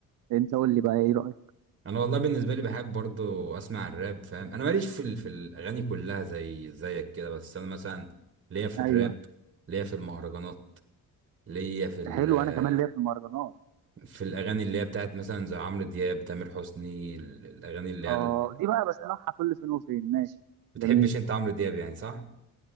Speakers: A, on the right; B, on the right.
A: انت قول لي بقى ايه رايك
B: انا والله بالنسبه لي بحب برضه اسمع الراب فاهم انا ماليش في ال- في الاغاني كلها زي زيك كده بس انا مثلا ليا في
A: ايوه
B: الراب ليا في المهرجانات ليا في ال-
A: حلو انا كمان ليا في المهرجانات
B: في الاغاني اللي هي بتاعت مثلا زي عمرو دياب تامر حسني ال- الاغاني اللي هي
A: اه
B: ال-
A: دي بقى بسمعها كل فين وفين ماشي
B: بتحبش
A: جميل
B: انت عمرو دياب يعني صح